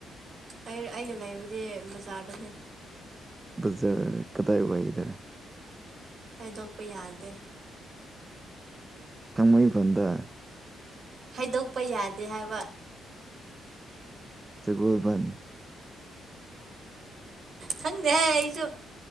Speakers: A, on the right (about 55°); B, on the right (about 20°).
A: ꯑꯩ ꯑꯩꯅ ꯂꯩꯕꯗꯤ ꯕꯖꯥꯔꯗꯅꯦ
B: ꯖꯔ ꯀꯗꯥꯏ ꯑꯣꯏꯍꯤꯗ
A: ꯍꯥꯏꯗꯣꯛꯄ ꯌꯥꯗꯦ
B: ꯀꯃꯩꯕꯗ
A: ꯍꯥꯏꯩꯗꯣꯛꯄ ꯌꯥꯗꯦ ꯍꯥꯏꯕ
B: ꯒꯣꯜꯚꯟ
A: ꯈꯪꯗꯦ ꯑꯩꯁꯨ